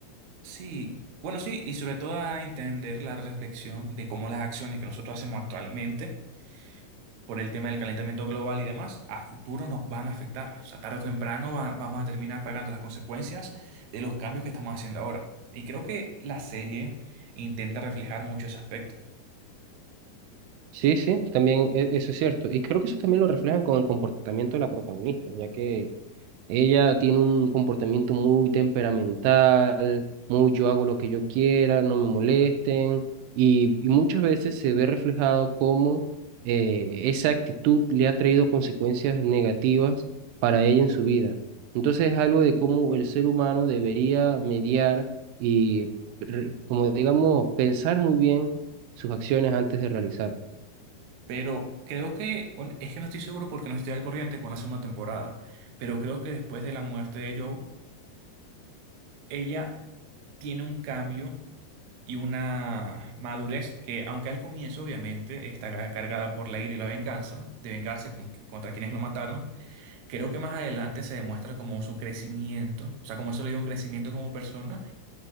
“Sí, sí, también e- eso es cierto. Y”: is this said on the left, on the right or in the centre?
Right